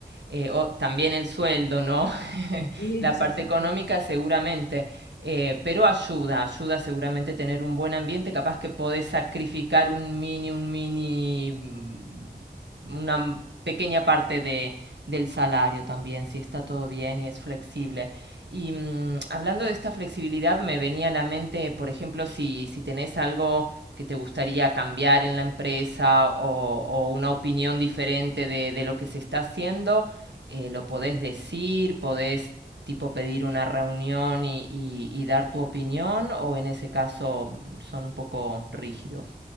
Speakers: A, on the right (about 90°); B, on the left (about 80°).
A: Eh, o también el sueldo, ¿no? <laughs>
B: Sí,
A: La
B: sí,
A: parte
B: sí,
A: Sí, económica
B: sí.
A: seguramente, eh, pero ayuda, ayuda seguramente tener un buen ambiente, capaz que podés sacrificar un mini, un mini, mm, una m- pequeña parte de, del salario también, si está todo bien y es flexible. Y mm, hablando de esta flexibilidad, me venía a la mente, por ejemplo, si, si tenés algo que te gustaría cambiar en la empresa o, o una opinión diferente de, de lo que se está haciendo, eh, lo podés decir, podés tipo pedir una reunión y, y- y dar tu opinión o en ese caso mm, son un poco rígidos.